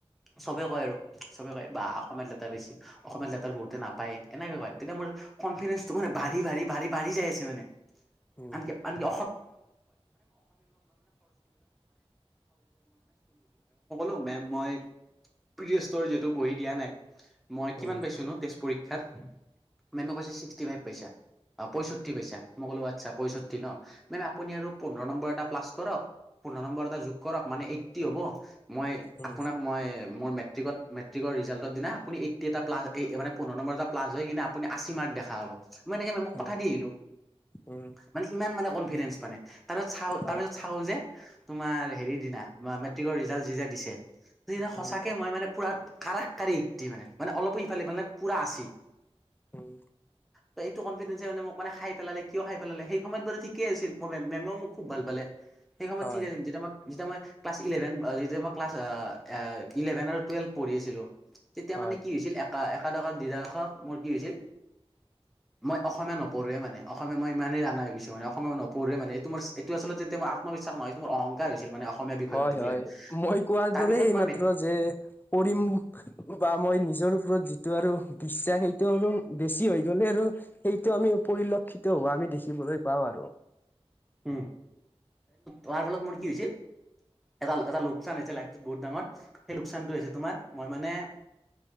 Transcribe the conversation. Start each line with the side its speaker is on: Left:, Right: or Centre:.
Centre: চবে কয় আৰু চবে কয় বাঃ অসমীয়াত লেটাৰ অসমীয়া লেটাৰ বহুতে নাপায় এনেকে কয় তেতিয়া মোৰ কনফিডেঞ্চটো মানে বাঢ়ি-বাঢ়ি বাঢ়ি-বাঢ়ি যাই আছে মানে
Left: উম
Centre: আনকি- আনকি অ <unintelligible> ম মই, পি বহি দিয়া নাই মই কিমান
Left: উম,
Centre: পাইছো ন েষ্ট পৰীক্ষাত? মেমে কৈছে ছিক্সটি ফাইভ পইচা। অ পয়ষষ্ঠি পইচা মই ক'ো আচ্ছা পয়ষষ্ঠি ন, মেম আপুনি আৰু পোন্ধৰ নম্বৰ এটা প্লাছ কৰক। পোন্ধৰ নম্বৰ এটা য়োগ কৰক। মানে এইটটি হ'ব। মই
Left: উম,
Centre: আপোনাক মই মোৰ মেটিকত মেট্ৰিক ৰিজাল্ৰ দিনা আপু এইটি এটা্লাছ মান পোন্ধৰম্বৰ এটা্লাছ কিনে আপুনি আশী মাৰ্কখ দেখাব। মই এনেকে মোক
Left: উম,
Centre: কথা দি আহিলো,
Left: উম,
Centre: মানে ইমান মানে কনফিডেন্ঞ্চ মানে তাৰপিছত চাউল যে,
Left: হয়,
Centre: তাৰপিছত চাওল যে তোমাৰ হেৰি দিনা বা মেট্ৰিকৰ ৰিজাল্ট যিতিয়া দিছে, যি দিনা সঁচাকে
Left: উম,
Centre: মই মানে পুৰা <unintelligible> মানে মানে অলপো সিফালে মানে পুৰা আছী
Left: উম,
Centre: ত এইটো কনফিডেঞ্চে মানে মোক মান খাইেলালে কিয় খাই পেলালে সেই সময়ত বাৰু ঠিকেই আছিল ম মেমেওোক খুব ভাল পালে। সেই সময়তঠিক
Left: হয়,
Centre: আছিল, যেতিয়া মান যেতিয়া মই ক্লাছ ইলেভেন। যেতিয়া মই ক্লাছ ইলেভেন আৰু টুৱেল্ভ পঢ়ি ছিলোঁ। তেতিয়া
Left: হয়,
Centre: মানে কি হৈছিল, এ একাদশৰ দুডখ মোৰ কি হৈছিল। মই অসমীয়া নপঢ়োৱে মানে অসমীয়া মই মই অসমীয়া নপঢ়ো মানেই, অসমীয়া জানা হৈ গৈছো মানে, অসমীয়া নপঢ়োৱে মানে এইটো মোৰ এইটো আচলতেয়া মই আ্ম বিশ্বাস নহয়টো। মোৰ অংকাৰ হৈছিল মানে অসমীয়া বিষয়টোক
Left: হয় হয়
Centre: লৈ
Left: মই কোৱাৰ
Centre: তাৰপিছত
Left: দৰে এইমাত্ৰ
Centre: মই মেট
Left: যে কৰিম বা মই নিজৰ ওপৰত যিটো আৰু বিশ্বাস সেইটো আৰু বেছি হয়। গলে আৰু সেইটো আমি পৰিলক্ষিত হোৱা আমি দেখিবলৈ পাওঁ। আৰু
Centre: উম, তাৰ ফলত মোৰ কি হৈছিল? এটা এটা লোকচান হৈছে। লাইফটোত বহুত ডাঙৰ সেই লোকচানটো হৈছে তোমাৰ। মই মানে